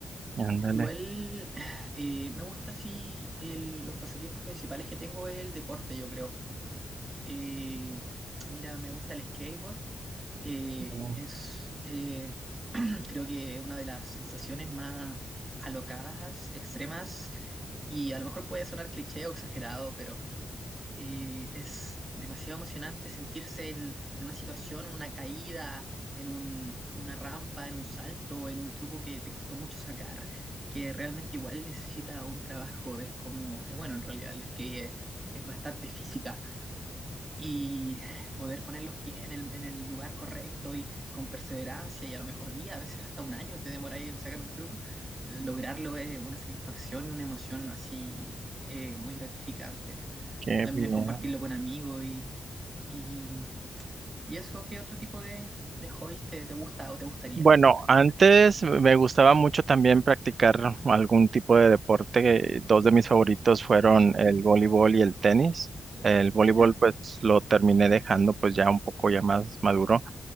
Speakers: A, on the right; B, on the right.
A: Ándale.
B: Igual <sighs> eh, me gusta así el- los pasatiempos principales que tengo es el deporte, yo creo. Eh, mira, me gusta el skateboard eh,
A: Mm,
B: es, eh, <clears throat> creo que una de las sensaciones más alocadas, extremas, y a lo mejor puede sonar cliché o exagerado, pero eh, es demasiado emocionante sentirse en, en una situación, en una caída, en un, en una rampa, en un salto, en un truco que te costó mucho sacar, que realmente igual necesita un trabajo. Es como, eh, bueno, en realidad el skate es, es bastante física y poder poner los pies en el, en el lugar correcto y con perseverancia y a lo mejor día, a veces hasta un año te demoráis en sacar un truco, lograrlo es una satisfacción y una emoción así eh, muy gratificante.
A: Qué
B: También
A: bien.
B: compartirlo con amigos y, y, y eso, ¿qué otro tipo de, de hobbies te, te gusta o te gustarían
A: Bueno,
B: practicar?
A: antes me gustaba mucho también practicar algún tipo de deporte. Eh, Dos de mis favoritos fueron
B: Ujú,
A: el voleibol y el tenis. El voleibol
B: Ya.
A: pues lo terminé dejando pues ya un poco ya más maduro